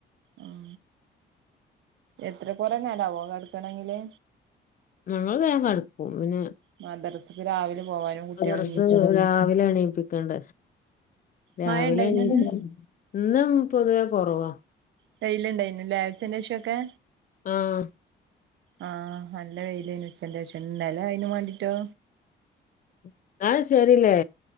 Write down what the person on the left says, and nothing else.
ഞമ്മൾ വേഗം അടുക്കും പിന്നെ
<unintelligible>
രാവിലെ എണീപ്പിക്കണ്ട രാവിലെ
എണീക്കണ്ടേ ഇന്നും പൊതുവേ കുറവ
ആഹ്
എന്നാ ശരില്ലേ